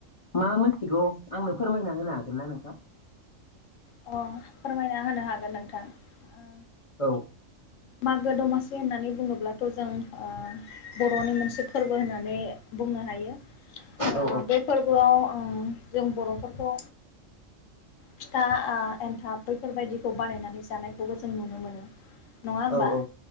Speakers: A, on the left (about 50°); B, on the left (about 75°).
A: मा मोनथिगौ आंनो फोरमायना होनो हागोन ना नोंथां
B: अ फोरमायना होनो हागोन नोंथां
A: औ
B: मागो दमासि होननानै बुङोब्लाथ' जों ओ बर'नि मोनसे फोरबो होननानै बुंनो हायो ओ
A: औ
B: बे फोरबोआव ओ जों बर'फोरखौ फिथा ओ एन्थाब बैफोरबायदिखौ बानायनानै जानायखौबो जों नुनो मोनो नङा होमबा?
A: औ औ